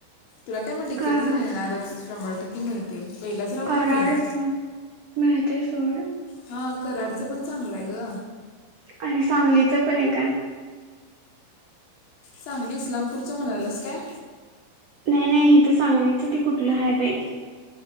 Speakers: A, on the left; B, on the right.
A: तुला काय मग टिकेट
B: का
A: मिळणारच शंभर टक्के मिळत ते पहिल्याच राऊंड
B: कराडच
A: ला मिळेल
B: मिळते सोड
A: हा कराडचं पण चांगलं आहे ग
B: आणि सांगलीच पण आहे का
A: सांगली इस्लामपूरचं म्हणालंस काय
B: नाही नाही हे तर सांगलीच त कुठलं आहे बाई